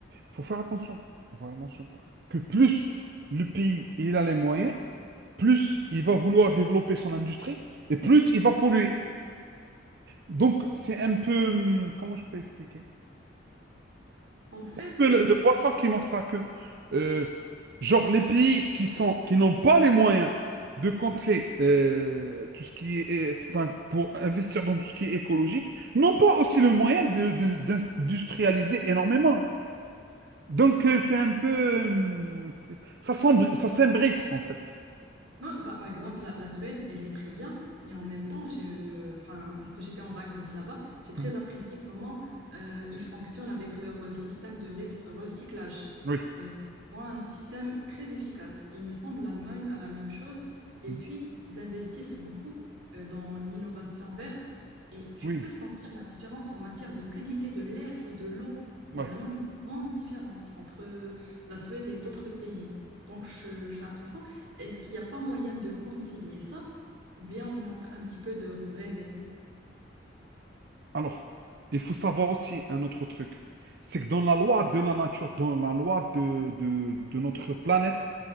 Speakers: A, on the right; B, on the right.
A: faut faire attention. Faut faire attention. Que plus le pays il a les moyens, plus il va vouloir développer son industrie et plus il va polluer. Donc, c'est un peu. hum, Comment je peux expliquer?
B: En fait,
A: peu le, le poisson qui mord sa queue. Euh, genre les pays qui sont, qui n'ont pas les moyens de contrer euh, tout ce qui est, est- enfin, pour investir dans tout ce qui est écologique, n'ont pas aussi le moyen de, de- d'industrialiser énormément. Donc euh, c'est un peu, hum, c'est- ça s'embr- ça s'imbrique en fait.
B: Non, par par exemple, la, la Suède, elle est très bien, mais en même temps, je, enfin, parce que j'étais en vacances là-bas, j'ai très
A: Mhm.
B: apprécié comment euh, ils fonctionnent avec leur euh, système de ré- recyclage.
A: Oui,
B: Euh, ils ont un système très efficace. Il me semble l'Allemagne a la même chose. Et
A: Mhm.
B: puis, ils investissent beaucoup euh, dans l'innovation verte et tu
A: oui,
B: peux sentir la différence en matière de qualité de l'air et de l'eau. Il
A: ouais.
B: y a vraiment une grande différence entre la Suède et d'autres pays. Donc, je- j'ai l'impression est-ce qu'il n'y a pas moyen de concilier ça? Ou bien on est en train un petit peu de rêver.
A: Alors, il faut savoir aussi un autre truc. C'est que dans la loi de la nature, dans la loi de, de, de notre planète,